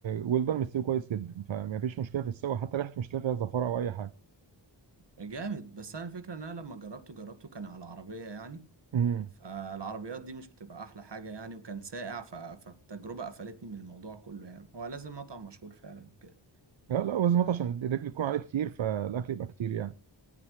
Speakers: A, on the right; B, on the right.
A: ويل دون مستوي كويس جدا فما فيش مشكله في السوا حتى ريحته مش هتلاقي فيها زفاره او اي حاجه
B: جامد بس انا الفكره ان انا لما جربته جربته كان على العربيه يعني
A: امم
B: فالعربيات دي مش بتبقى احلى حاجه يعني وكان ساقع ف... فالتجربه قفلتني من الموضوع كله يعني هو لازم مطعم مشهور فعلا كده
A: لا لا وزمات عشان الرجل يكون عليه كتير فالاكل يبقى كتير يعني